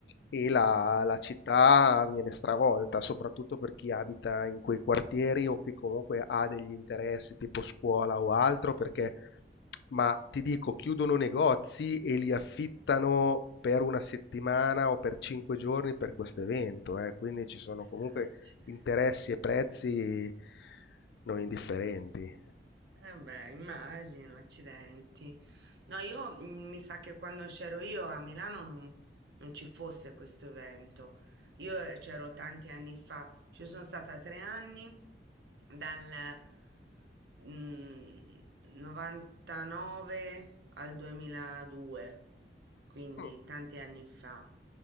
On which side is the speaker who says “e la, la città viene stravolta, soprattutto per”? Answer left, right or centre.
Left